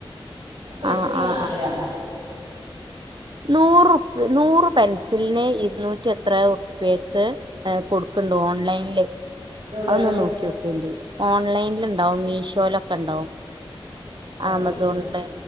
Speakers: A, on the right; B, on the right.
A: പെട്ടി
B: ആ ആ
A: വാങ്ങലാ
B: നൂറുപ് നൂറ് പെൻസിൽന് ഇരുന്നൂറ്റി എത്രേ ഉർപ്യേക്ക് ഏ കൊട്ക്ക്ണ്ട് ഓൺലൈൻല്.
A: അതോടെ
B: അഒന്ന് നോക്ക്യോകോണ്ടിം ഓൺലൈൻല്ണ്ടാവും മീഷോലൊക്കെ ണ്ടാവും.
A: ഏഹ് അത് ഇൻക്കറിയില്ല
B: ആമസോൺല്
A: ന്നാല്